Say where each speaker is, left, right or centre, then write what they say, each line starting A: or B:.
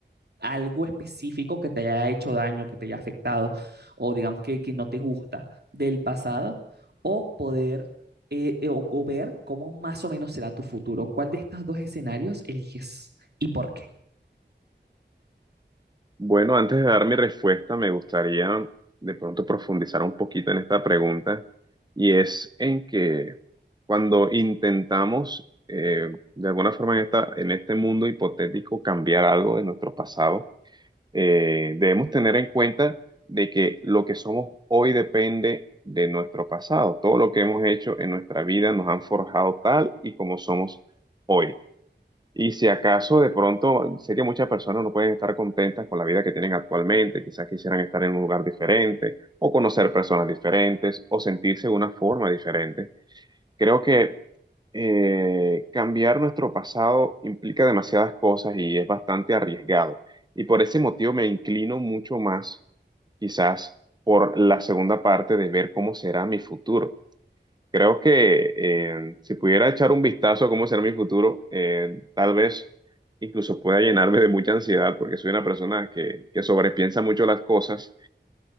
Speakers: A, on the right (about 60°); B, on the right (about 20°).
A: algo específico que te haya hecho daño, que te haya afectado, o digamos que, que no te gusta del pasado, o poder eh, eh, o, o ver cómo más o menos será tu futuro. ¿Cuál de estos dos escenarios eliges y por qué?
B: Bueno, antes de dar mi respuesta, me gustaría de pronto profundizar un poquito en esta pregunta y es en que cuando intentamos eh, de alguna forma en esta, en este mundo hipotético cambiar algo de nuestro pasado, eh, debemos tener en cuenta de que lo que somos hoy depende de nuestro pasado. Todo lo que hemos hecho en nuestra vida nos han forjado tal y como somos hoy. Y si acaso de pronto sé que muchas personas no pueden estar contentas con la vida que tienen actualmente, quizás quisieran estar en un lugar diferente o conocer personas diferentes o sentirse de una forma diferente. Creo que eh, cambiar nuestro pasado implica demasiadas cosas y es bastante arriesgado. Y por ese motivo me inclino mucho más quizás por la segunda parte de ver cómo será mi futuro. Creo que eh, si pudiera echar un vistazo a cómo será mi futuro, eh, tal vez incluso pueda llenarme de mucha ansiedad porque soy una persona que, que sobrepiensa mucho las cosas.